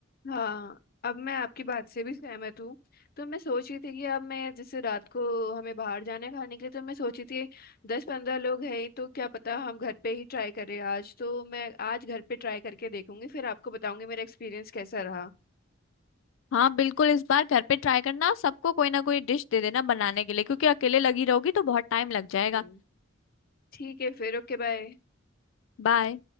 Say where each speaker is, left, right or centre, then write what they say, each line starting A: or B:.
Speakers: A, on the left; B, on the left.
A: हाँ अब मैं आपकी बात से भी सहमत हूँ तो मैं सोच रही थी कि अब मैं जैसे रात को हमें बाहर जाने खाने के लिए तो मैं सोची थी दस पंद्रह लोग हैं ही, तो क्या पता हम घर पे ही ट्राई करें आज तो मैं आज घर पे ट्राई करके देखूंगी फिर आपको बताऊंगी मेरा एक्सपीरियंस कैसा रहा
B: हाँ बिल्कुल इस बार घर पे ट्राई करना और सबको कोई ना कोई डिश दे देना बनाने के लिए क्योंकि अकेले लगी रहोगी तो बहुत टाइम लग जाएगा
A: हम्म ठीक है फिर Okay bye
B: बाय